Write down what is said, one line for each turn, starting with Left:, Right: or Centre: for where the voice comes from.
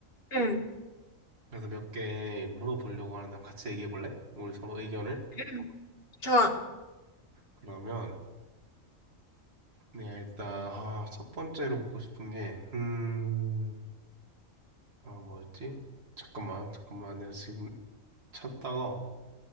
Left: 응,
Right: 그래서 몇 개 물어보려고 하는데 한번 같이 얘기해 볼래? 우리 서로 의견을.
Left: 응, 좋아.
Right: 그러면 내가 일단 아, 첫 번째로 묻고 싶은 게 음. 아, 뭐였지? 잠깐만, 잠깐만. 내가 지금 찾다가,